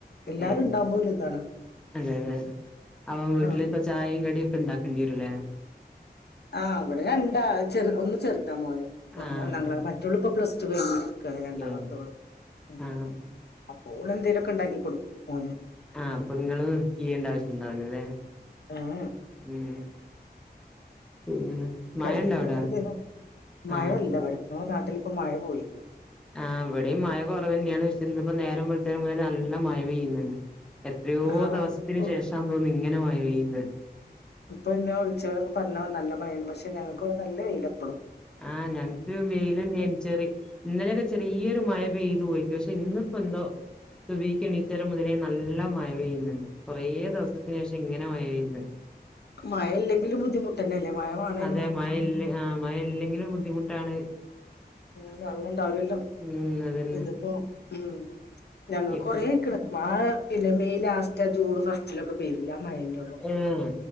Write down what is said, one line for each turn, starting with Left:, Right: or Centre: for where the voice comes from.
Left: എല്ലാരും
Centre: ഏ
Left: ഇണ്ടാവുമ്പോ ഒരു ഇതാണ്
Centre: അതെ അതെ അവൻ വീട്ടിലിപ്പ
Left: ആ
Centre: ചായയും കടിയൊക്കെ ഇണ്ടാക്കേണ്ടിവരുല്ലേ
Left: ആഹ് അവിടെ രണ്ടാള് ചെറ് ഒന്ന് ചെറ്താ മോന്
Centre: ആഹ്
Left: ഒന്നാം ക്ലാസ്
Centre: ആഹ്
Left: മറ്റോള് ഇപ്പൊ പ്ലസ് ടു കഴിഞ്ഞി രണ്ടാമത്തോള്
Centre: ഏ
Left: ഉം
Centre: ആഹ്
Left: അപ്പോ ഓള് എന്തേലുഒക്കെ ഉണ്ടാക്കി കൊടുക്കും ഓന്
Centre: ആഹ് അപ്പൊ നിങ്ങള് ചെയ്യേണ്ട ആവശ്യംണ്ടാവുല അല്ലേ
Left: ഏഹ്
Centre: ഉം പിന്നെ മഴ
Left: കടി
Centre: ഇണ്ട അവിടെ
Left: എന്തേലും
Centre: ആഹ്
Left: മഴഇല്ല ഇവിടെ ഞങ്ങടെ നാട്ടിലിപ്പോ മഴ പോയി
Centre: ആ ഇവിടെയും മഴ കുറവ് തന്നെയാണ് പക്ഷെ ഇന്നിപ്പോ നേരം വെളുത്തരം മുതൽ നല്ല മയ പെയ്യുന്നുണ്ട് എത്രയോ
Left: ആഹ്
Centre: ദിവസത്തിന്
Left: ഇപ്പൊ
Centre: ശേഷാ തോന്നുന്നു ഇങ്ങനെ മയ പെയ്യുന്നത്
Left: ഇപ്പൊ ഇന്നെ വിളിച്ചവരൊക്കെ പറഞ്ഞ നല്ല മഴാണ് പക്ഷെ ഞങ്ങൾക്കിവിടെ നല്ല വെയിലപ്പളും
Centre: ആഹ് ഞങ്ങക്ക് വെയിലുന്നെയാണ് ചെറി ഇന്നലെയൊക്കെ ചെറിയൊരു മയ പെയ്തു പോയി പക്ഷെ ഇന്നിപ്പോ എന്തോ സുബിക്ക് എണീച്ചേരം മുതലേ നല്ല മയ പെയ്യുന്നുണ്ട് കൊറേ ദിവസത്തിന് ശേഷം ഇങ്ങനെ മയ പെയ്യുന്നേ
Left: മഴല്ലെിലും ബുദ്ധിമുട്ടന്നെല്ലേ മഴ വാണേനും
Centre: അതെ മയ ഇല്ലെ മയഇല്ലെങ്കിലും ബുദ്ധിമുട്ടാണ്
Left: ഉം വെള്ള ഇണ്ടാവില്ലല്ലോ
Centre: ഉം അതന്നെ
Left: ഇതിപ്പോ ഉം ഞങ്ങൾ
Centre: ഇപ്പം
Left: കൊറേയ്ക്ക്ണ് മയ പിന്നെ മെയ് ലാസ്റ്റ് ആ ജൂണ് ഫസ്റ്റിലൊക്കെ പെയ്തു എല്ലാ മഴന്നേയുള്ളൂ
Centre: ഏഹ്